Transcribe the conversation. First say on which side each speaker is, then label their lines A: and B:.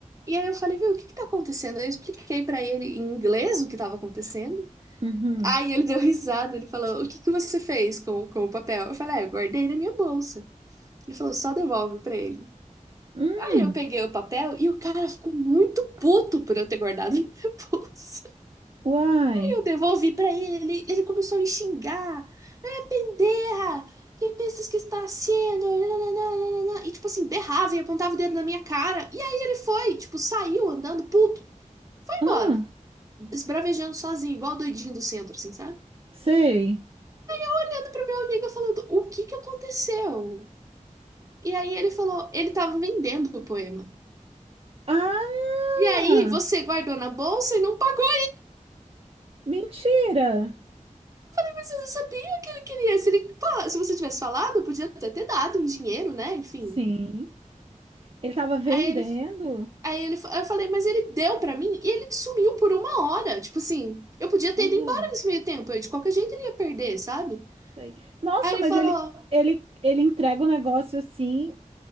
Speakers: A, on the right (about 25°); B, on the right (about 45°).
A: E aí eu falei, viu, o que que tá acontecendo? Aí eu expliquei pra ele em inglês o que tava acontecendo.
B: uhum,
A: Aí ele <laughs> deu risada, ele falou, o que que você fez com, o- com o papel? Eu falei, ah, eu guardei na minha bolsa. Ele falou, só devolve pra ele.
B: hum,
A: Aí eu peguei o papel e o cara ficou muito puto por eu ter guardado <laughs> na minha bolsa.
B: uai.
A: Eu devolvi pra ele, ele começou a me xingar. É, pendeja! Que pensas que está sendo? Nananana. E tipo assim, berrava e apontava o dedo na minha cara. E aí ele foi, tipo, saiu andando puto. Foi
B: Ah,
A: embora. Esbravejando sozinho, igual o doidinho do centro, assim, sabe?
B: sei.
A: Olhando pra minha amiga falando, o que que aconteceu? E aí ele falou, ele tava vendendo o poema.
B: Ah,
A: E aí você guardou na bolsa e não pagou,
B: mentira.
A: mas você não sabia o que ele queria. Se ele, fala- se você tivesse falado, podia até ter dado um dinheiro, né? Enfim.
B: Sim. Ele tava vendendo.
A: Aí ele, aí ele, aí eu falei, mas ele deu pra mim e ele sumiu por uma hora. Tipo assim, eu podia
B: Aham,
A: ter ido embora nesse meio tempo, eu, de qualquer jeito ele ia perder, sabe?
B: sei. Nossa,
A: Aí ele
B: mas
A: falou,
B: ele, ele, ele entrega o negócio assim,